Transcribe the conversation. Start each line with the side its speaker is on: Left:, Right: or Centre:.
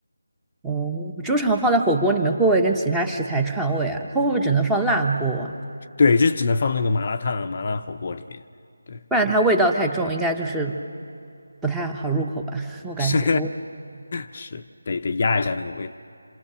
Centre: 哦，猪肠放在火锅里面会不会跟其他食材串味啊？它会不会只能放辣锅啊？
Left: 对，就是只能放那个麻辣烫啊、麻辣火锅里面。对，
Centre: 不然它味道太重，应该就是不太好入口吧，<laughs> 我感觉。
Left: <laughs> 是是得得压一下那个味道